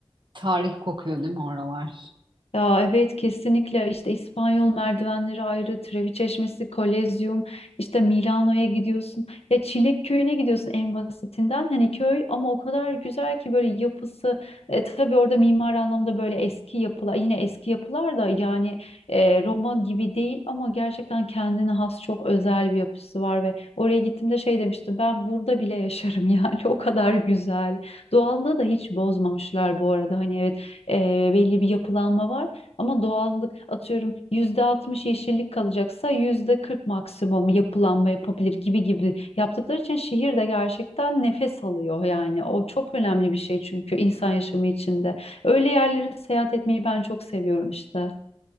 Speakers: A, on the right (about 50°); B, on the left (about 85°).
A: tarih kokuyor değil mi oralar?
B: Ya evet kesinlikle işte İspanyol merdivenleri ayrı, Trevi Çeşmesi, Kolezyum, işte Milano'ya gidiyorsun. Ya Çilek Köyü'ne gidiyorsun en basitinden. Hani köy ama o kadar güzel ki böyle yapısı. E, tabii orada mimari anlamda böyle eski yapılar, yine eski yapılar da yani e, Roma gibi değil ama gerçekten kendine has çok özel bir yapısı var ve oraya gittiğimde şey demiştim ben burada bile yaşarım <laughs> yani o kadar güzel. Doğallığı da hiç bozmamışlar bu arada. Hani evet e, belli bir yapılanma var. Ama doğallık atıyorum %60 yeşillik kalacaksa %40 maksimum yapılanma yapabilir gibi gibi yaptıkları için şehir de gerçekten nefes alıyor yani. O çok önemli bir şey çünkü insan yaşamı içinde. Öyle yerlere seyahat etmeyi ben çok seviyorum işte.